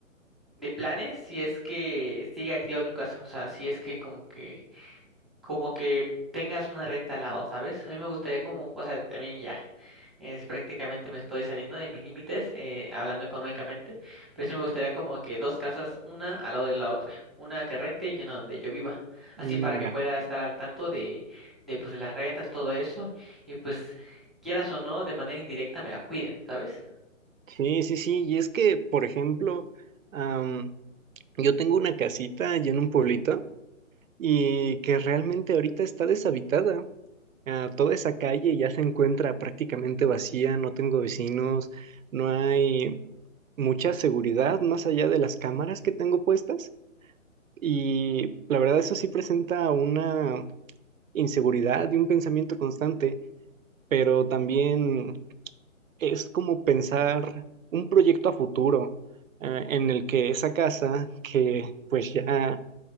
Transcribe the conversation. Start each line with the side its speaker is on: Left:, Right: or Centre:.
Centre: de planes si es que sigue activo tu casa, o sea, si es que como que como que tengas una renta al lado, ¿sabes? A mí me gustaría como, o sea, también ya, es, prácticamente me estoy saliendo de mis límites, eh, hablando económicamente, pero sí me gustaría como que dos casas, una al lado de la otra, una que rente y una donde yo viva, así
Right: Mm,
Centre: para que
Right: ya.
Centre: pueda estar al tanto de, de pues de las rentas, todo eso, y pues quieras o no, de manera indirecta me la cuiden, ¿sabes?
Right: Sí, sí, sí. Y es que, por ejemplo, am, yo tengo una casita allá en un pueblito y que realmente ahorita está deshabitada. Ah, toda esa calle ya se encuentra prácticamente vacía, no tengo vecinos, no hay mucha seguridad más allá de las cámaras que tengo puestas. Y la verdad eso sí presenta una inseguridad y un pensamiento constante, pero también es como pensar un proyecto a futuro eh, en el que esa casa, que pues ya